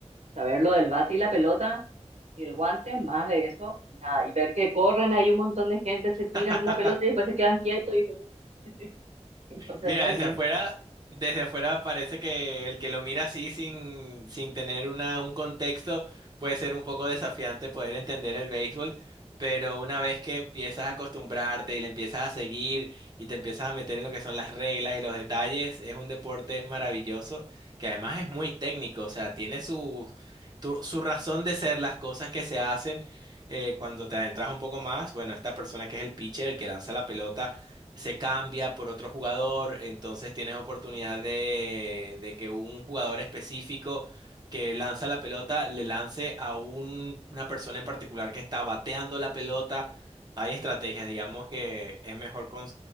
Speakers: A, on the right; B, on the right.
A: saber lo del bate y la pelota. Y el guante, más de eso, nada. Y ver que corren ahí un montón de gente, se tiran
B: <laughs>
A: una pelota y después se quedan quietos y bueno, <laughs> entonces
B: Mira,
A: realmente.
B: desde afuera, desde afuera parece que el que lo mira así sin, sin tener una, un contexto puede ser un poco desafiante poder entender el béisbol, pero una vez que empiezas a acostumbrarte y le empiezas a seguir y te empiezas a meter en lo que son las reglas y los detalles, es un deporte maravilloso que además es muy técnico, o sea, tiene su, tu- su razón de ser las cosas que se hacen. eh, cuando te adentras un poco más, bueno, esta persona que es el pitcher, el que lanza la pelota se cambia por otro jugador, entonces tienes oportunidad de, de que un jugador específico que lanza la pelota le lance a un- una persona en particular que está bateando la pelota. Hay estrategias, digamos que es mejor con